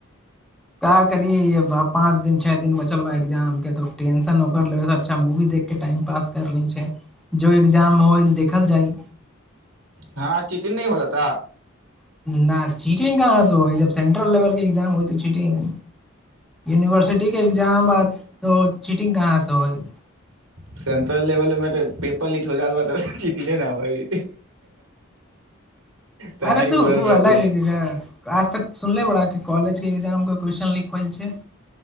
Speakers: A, in the centre; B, on the right.
A: का करीहं पाँच दिन छः दिन बचल बा एग्जामके तऽ टेंशन ओकर लेबै से अच्छा मूवी देख कऽ टाइम पास कर लै छैइ जो एग्जाम में होइ देखल जाइ
B: हँ तन नहि बोला तऽ
A: न चीटिंग कांहा से होइ जब सेंट्रल लेवल के एग्जाम होइ त चीटिंग यूनिवर्सिटी के एग्जाम आ त चिटिंग कहाँ से होइ
B: सेंट्रल लेवल में पेपर लीक हो जाल बा तो चीटिंग केना होइ ताही
A: अरे तू
B: बोलल बा
A: उ अलग
B: तू
A: इक्जाम आज तक सुनले बाड़ा कि कॉलेजके एक्जामके क्वेश्चन लीक होइ छैइ